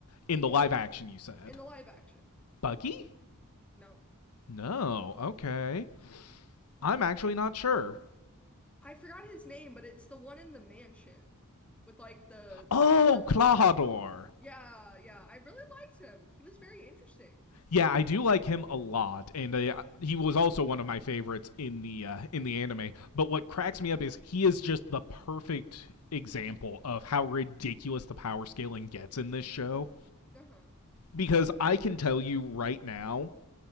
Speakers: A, on the left; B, in the centre.
A: in the live action you said.
B: in the live action.
A: Buggy?
B: No,
A: No. Okay. I'm actually not sure.
B: I forgot his name, but it's the one in the mansion with like the
A: Oh,
B: the sharp.
A: Clahador.
B: Yeah, yeah. I really liked him. He was very interesting.
A: Yeah, I do like him a lot, and uh, he was also one of my favorites in the uh, in the anime. But what cracks me up is he is just the perfect example of how ridiculous the power scaling gets in this show.
B: Uh-huh.
A: Because I can tell you right now